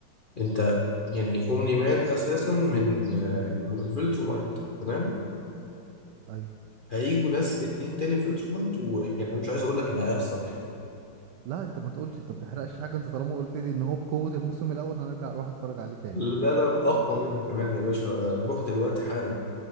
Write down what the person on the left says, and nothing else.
أنت يعني أومني مان أساسا من آه، فيلتر مايت تمام
هيجوا ناس اتنين تاني في التر وايت ويعني أنا مش عايز اقول لك اللي هيحصل يعني
لا لا اقوى
منه كمان يا باشا آه، روح دلوقتي حالا